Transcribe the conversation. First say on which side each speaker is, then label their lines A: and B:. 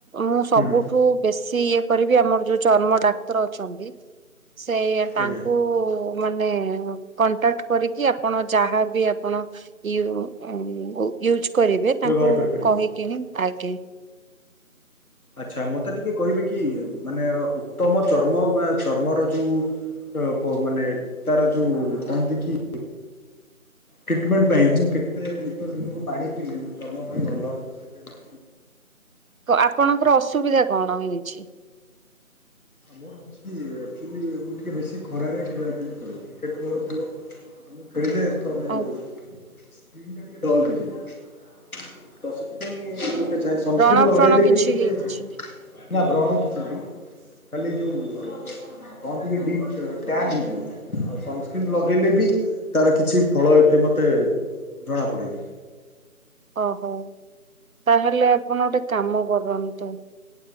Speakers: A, on the right; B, on the left.
A: ମୁଁ ସବୁଠୁ
B: ହୁଁ ହୁଁ
A: ବେଶୀ ଇଏ କରିବି ଆମର ଯୋଉ ଚର୍ମ ଡାକ୍ତର ଅଛନ୍ତି ସେଇଆ ତାଙ୍କୁ
B: ଆଜ୍ଞା
A: ମାନେ କଣ୍ଟାକ୍ଟ କରିକି ଆପଣ ଯାହାବି ଆପଣ ୟୁ ଅଁ, ଉ, ୟୁଜ୍ କରିବେ ତାଙ୍କୁ
B: ବ୍ୟବହାର କରିପାରିବି।
A: କହିକି ହିଁ ଆଗେ
B: ଆଚ୍ଛା ମୋତେ ଟିକେ କହିବେ କି ମାନେ ଉତ୍ତମ ଚର୍ମ ବା ଚର୍ମର ଯୋଉ ଓ ପୁଅ ମାନେ ତାର ଯୋଉ କହନ୍ତି କି ଟ୍ରିଟମେଣ୍ଟ ପାଇଁ ମୁଁ କେତେ ଲିଟର ଦିନକୁ ପାଣି ପିଇଲେ ମୋ ଚର୍ମ ପାଇଁ ଭଲ। ସେଥିପାଇଁ
A: କ-ଆପଣଙ୍କର ଅସୁବିଧା କଣ ହେଇଛି?
B: ମୋର ହଉଛି କି ଆକ୍ଚୁଲି ମୁଁ ଟିକେ ବେଶୀ ଖରାରେ ଖେଳାଖେଳି କରେ। କ୍ରିକେଟ୍ ମୋର ପ୍ରିୟ। ମୁଁ ଖେଳିଲେ ତ ମୋ
A: ଆଉ
B: ସ୍କିନ୍ ଟା ଟିକେ ଡଲ୍ ହେଇଯାଏ। ତ ସେଥିପାଇଁ ମୁଁ ଗୋଟେ ଚାହେଁ ସନସ୍କ୍ରିନ୍
A: ବ୍ରଣ
B: ଲଗେଇଲେ
A: ଫ୍ରଣ କିଛି
B: ବି ଏତେ
A: ହେଇଛି?
B: ନା ବ୍ରଣ କିଛି ନାହିଁ। ଖାଲି ଯୋଉ କଣ ଟିକେ ଡି ଅ, ଟ୍ୟାନ୍ ହେଇ <inaudible> ଆଉ ସନସ୍କ୍ରିନ୍ ଲଗେଇଲେ ବି ତାର କିଛି ଫଳ ଏତେ ମୋତେ ଜଣା ପଡେନି।
A: ଓହୋ! ତାହେଲେ ଆପଣ ଗୋଟେ କାମ କରନ୍ତୁ।